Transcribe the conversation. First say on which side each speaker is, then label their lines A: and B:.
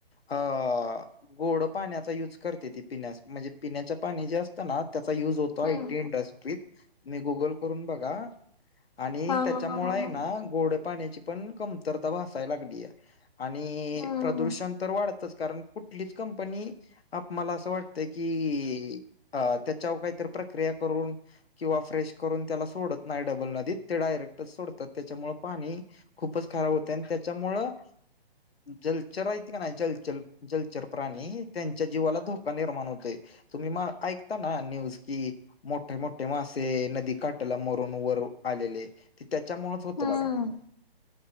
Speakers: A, on the left; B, on the left.
A: अह... गोड पाण्याचा यूज करते ती पिण्यास म्हणजे पिण्याच्या पाणी जास्त पण ना त्याचा युज होतो आय
B: हम्म.
A: टी इंडस्ट्रीत. तुम्ही गुगल करून बघा आणि
B: हा
A: त्याच्यामुळे
B: हा हा हा हा
A: हे ना गोड पाण्याची पण कमतरता भासाय लागली या, आणि
B: हम्म
A: प्रदूषण तर वाढतच कारण कुठलीच कंपनी आप मला असं वाटतंय की अ.. त्याच्यावर काहीतरी प्रक्रिया करून. किंवा फ्रेश करून त्याला सोडत नाही. डबल नदीत ते डायरेक्टच सोडतात त्याच्यामुळे पाणी खूपच खराब होते आणि त्याच्यामुळं जलचर आहेत का नाही जलचर? जलचर प्राणी त्यांच्या जिवाला धोका निर्माण होते. तुम्ही म ऐकता ना न्यूज? कि मोठे मोठे मासे काठाला मरून वर आलेले ते त्याच्यामुळेच होत
B: हम्म
A: बघा.